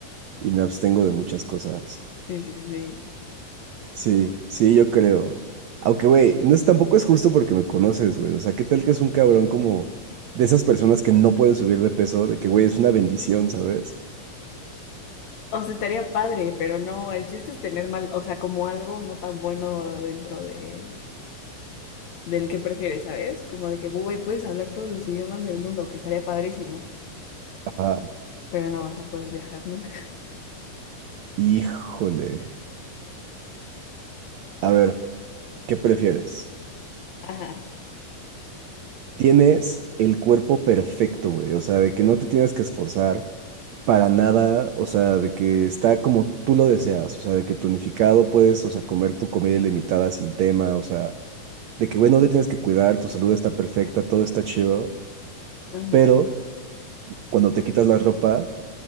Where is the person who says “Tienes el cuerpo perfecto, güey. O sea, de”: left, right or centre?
Right